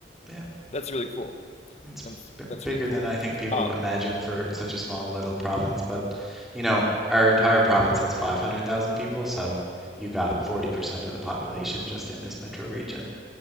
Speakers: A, in the centre; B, on the left.
A: Yeah.
B: That's really cool.
A: It's
B: That's
A: b
B: that's
A: bigger
B: really cool.
A: than I think people
B: Um,
A: imagine for such a small little province, but you know, our entire province has 500,000 people, so you got 40% of the population just in this metro region.